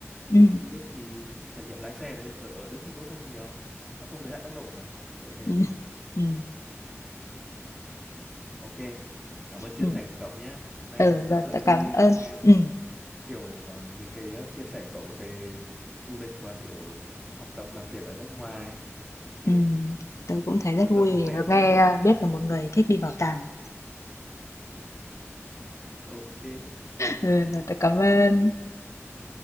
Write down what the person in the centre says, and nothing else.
đi Đức thì trải nghiệm lái xe đấy ở ở Đức thì tốt hơn nhiều nó không giới hạn tốc độ mà kiểu như thế
ok cảm ơn chia
sẻ của cậu nhé hôm nay
là rất
là
vui
nghe
kiểu ờ, những cái ờ, chia sẻ của cậu về du lịch và kiểu ờ, học tập làm việc ở nước ngoài ok
cuối
tuần vui
vẻ
nhé
ok
ừ.